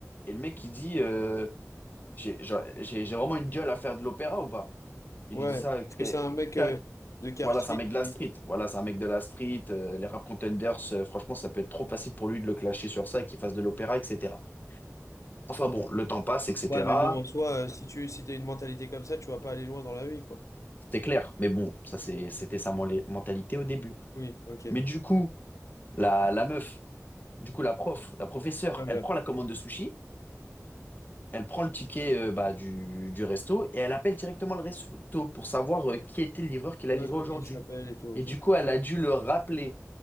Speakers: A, on the left; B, on the left.
A: et le mec il dit euh, j'ai j'a- j'ai- j'ai vraiment une gueule à faire de l'opéra ou pas? Il
B: Ouais,
A: lui dit ça.
B: parce
A: que-
B: que c'est un mec
A: que-
B: euh, de quartier
A: Voilà, c'est un mec
B: qui.
A: de la street. Voilà, c'est un mec de la street. euh, les rap contenders, euh, franchement, ça peut être trop facile pour lui de le clasher sur ça et qu'il fasse de l'opéra, etc. Enfin bon, le temps passe, etc.
B: Ouais, mais bon, en soi, euh, si tu si t'as une mentalité comme ça, tu vas pas aller loin dans la vie, quoi.
A: C'était clair, mais bon, ça c'est- c'était sa mon- mentalité au début.
B: Oui, ok.
A: Mais du coup, la, la meuf, du coup la prof, la professeure,
B: Voilà.
A: elle prend la commande de sushi. Elle prend le ticket euh, bah, du, du resto et elle appelle directement le resto pour savoir euh, qui était le livreur qui l'a
B: Ouais,
A: livré
B: comment
A: aujourd'hui.
B: il s'appelle et tout, ok.
A: Et du coup, elle a dû le rappeler.